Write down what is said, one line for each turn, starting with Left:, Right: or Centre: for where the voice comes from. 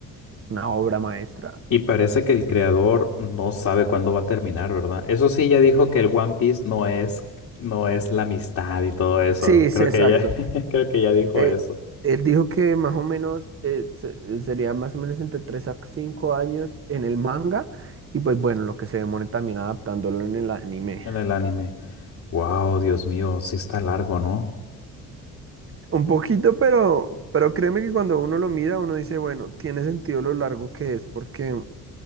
Right: una obra maestra.
Left: Y parece que el creador no sabe cuándo va a terminar, ¿verdad? Eso sí, ya dijo que el One Piece no es, no es la amistad y todo eso.
Right: Sí,
Left: Creo
Right: sí, exacto.
Left: que ya <laughs> creo que ya dijo
Right: Eh,
Left: eso
Right: él dijo que más o menos eh, se- eh, sería más o menos entre 3 a 5 años en el manga y pues bueno, lo que se demore también adaptándolo en el anime.
Left: en el anime. Wow, Dios mío, sí está largo, ¿no?
Right: Un poquito, pero, pero créeme que cuando uno lo mira, uno dice, bueno, tiene sentido lo largo que es porque,